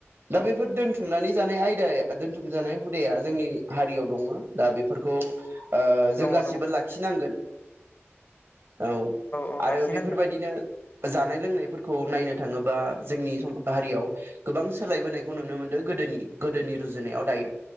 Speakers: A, on the right; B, on the left.
A: दा बेफोर
B: दङ
A: दोनथुमनानै जानाय आयदा दोनथुम जानाय हुदाया जोंनि हारियाव दङ। दा बेफोरखौ ओ जों
B: दङ
A: गासिबो
B: औ
A: लाखि नांगोन। औ
B: औ
A: आरो
B: लाखिनांगोन
A: बेफोरबायदिनो जानाय लोंनायफोरखौ नायनो थाङोबा जोंनि सम हारियाव गोबां सोलायबोनायखौ नुनो मोनदों गोदोनि गोदोनि रुजुनायाव दायो।